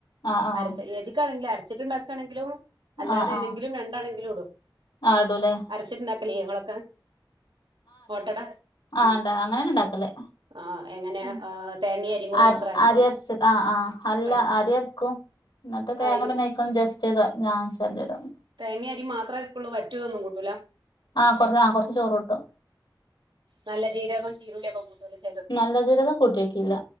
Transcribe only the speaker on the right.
അരച്ച് ഏതികാണെങ്കില് അര ച്ചിട്ടണ്ടാക്കണെങ്കിലും അല്ലാതെണെങ്കിലും
രണ്ടാണെങ്കിലുടും
അരച്ചിട്ടുണ്ടാക്കലില്ലേ ഇങ്ങളൊക്കെ ഓട്ടട ഉം
ആ എങ്ങനെ
തേങ്ങയും അരിയും കൂടെ
മാത്രം അരക്കോ
പറ്റും
അരി
തേങ്ങി അരിം മാത്രേര്ക്കുള്ളു വറ്റുതൊന്നും കൂട്ടൂല
നല്ലജീരകും ചീരുള്ളിയൊകൊ കൂട്ടോലോ